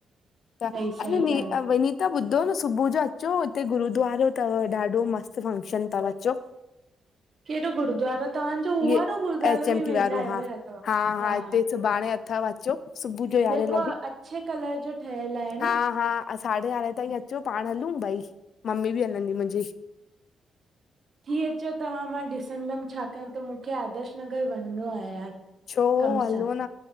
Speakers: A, on the left; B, on the right.
A: त
B: सही सही
A: अनि वि
B: ॻाल्हि
A: अ
B: आहे
A: <unintelligible> त ॿुधो न! सुबुह जो अचो हिते गुरुद्वारो थव ॾाढो मस्तु फंक्शन तव अचो। <inaudible>
B: केडो गुरुद्वारो तवांजो,
A: इहे
B: उह वारो गुरुद्वारे
A: एच एम
B: में
A: टी
B: वेंदा
A: वारो
B: अयो
A: हा
B: या छा तवां हा।
A: हिते सुभाणे अथव अचो। सुबुह जो यारहें
B: जेको
A: लॻे
B: अच्छे कलरु जो ठहियल आहे
A: हा
B: न
A: हा अ साढे यारहें ताईं अचो पाण हलूं भई, मम्मी बि हलंदी मुंजी।
B: थी अचो तवां। मां ॾिसंदमि छाकारि त मूंखे आदर्श नगर वञिणो आए यार।
A: छो
B: कम
A: हलो
B: सां
A: न?